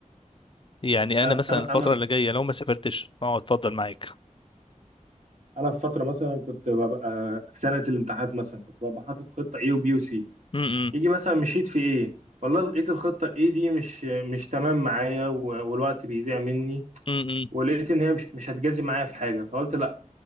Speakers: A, on the left; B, on the right.
A: يعني
B: انا
A: انا مثلا الفتره
B: انا في-
A: اللي جايه لو ما سافرتش اه اتفضل معاك
B: انا في فترة مثلا كنت ببقى سنة الامتحانات مثلا كنت ببقى حاطط خطة A وبي وسي
A: امم
B: يجي مثلا مشيت في ايه والله لقيت الخطة الاي دي مش مش تمام معايا و- والوقت بيضيع مني
A: امم
B: ولقيت ان هي مش مش هتجازي معايا في حاجة فقلت